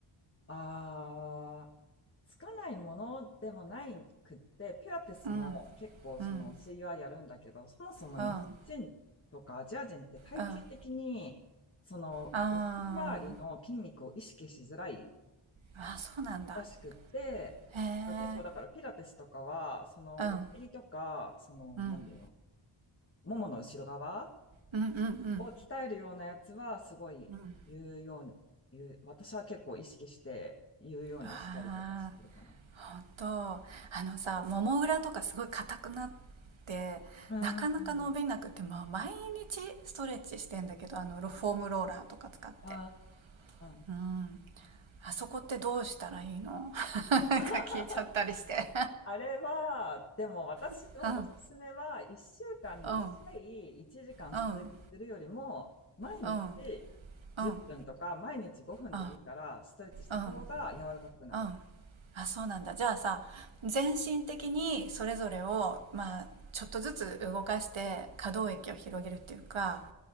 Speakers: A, on the left; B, on the right.
A: ああ。つかないものでもないくって、ピラティスも結構その教えはやるんだけど、
B: うんうん
A: そもそも日本人とかアジア人って体型的に、
B: うんうんあ
A: その、
B: あ
A: お尻周りの筋肉を意識しづらい
B: あそうなんだ
A: らしくって、
B: へえ
A: なんか結構だからピラティスとかは、そのお尻とか、
B: うん
A: その、
B: うん
A: なんていうの、ももの後ろ側
B: うんうんうん
A: を鍛えるようなやつはすごい言うように、
B: うん
A: 言う、私は結構意識して言うようにしたりとかしてるか
B: ああ本当、あのさ、もも裏とかすごい硬くなって、
A: な。
B: なかなか伸びなくて、
A: うんうんうん
B: まあ、毎日ストレッチしてんだけど、あの、ロフォームローラーとか使って。
A: あー
B: うん。あそこってどうしたらいいの <laughs> なんか聞いちゃったりして
A: <laughs> あれは、でも私のおすすめは、
B: <laughs>。うん、
A: 1週間に1回1時間ストレッチするよりも、
B: うん、うん、うん、
A: 毎日10分とか、
B: うん、うん、
A: 毎日5分でいいから、
B: う
A: ストレッチした方が柔らかくなる。
B: ん、うん。あ、そうなんだ。じゃあさ、全身的にそれぞれを、まあ、ちょっとずつ動かして可動域を広げるっていうか、